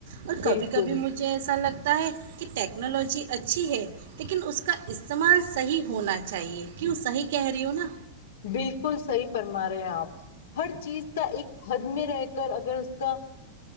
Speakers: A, on the right; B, on the left.
A: اور کبھی
B: بالکل
A: کبھی مجھے ایسا لگتا ہوتا ہے کہ ٹیکنالوجی اچھی ہے لیکن اس کا استعمال صحیح ہونا چاہیے کیوں صحیح کہہ رہی ہ ہو نا
B: بالکل صحیح فرما رہے ہیں آپ ہر چیز کا ایک حد میں رہ اگر اس کا